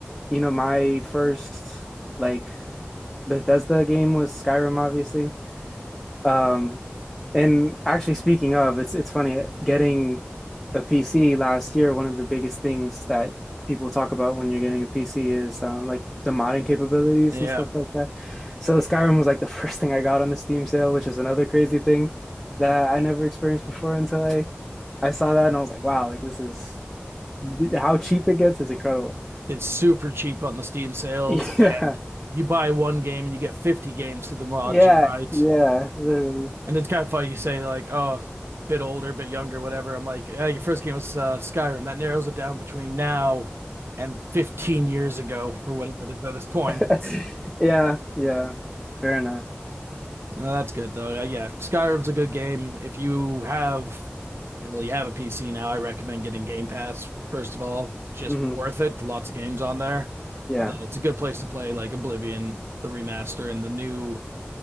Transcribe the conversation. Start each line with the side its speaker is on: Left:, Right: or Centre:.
Centre: you know my first like Bethesda game was Skyrim obviously. Um, and actually, speaking of, it's it's funny getting a PC last year. One of the biggest things that people talk about when you're getting a PC is um, like the modding capabilities
Right: Yeah,
Centre: and stuff like that. So Skyrim was like the <laughs> first thing I got on the Steam sale, which is another crazy thing that I never experienced before until I I saw that and I was like, wow, like this is how cheap it gets is incredible. <laughs>
Right: it's super cheap on the Steam sales,
Centre: Yeah,
Right: and you buy one game and you get 50 games through the mod,
Centre: yeah,
Right: you're right.
Centre: yeah, literally.
Right: And it's kind of funny you say like, oh, bit older, bit younger, whatever. I'm like, yeah, your first game was uh, Skyrim. That narrows it down between now and 15 years ago or whatever it is at this point. It's
Centre: <laughs> yeah, yeah, fair enough.
Right: no, that's good though. Uh, yeah, Skyrim's a good game. If you have, well, you have a PC now, I recommend getting Game Pass first of all. Just
Centre: hmm
Right: worth it. Lots of games on there.
Centre: Yeah.
Right: But then it's a good place to play like Oblivion, the remaster, and the new,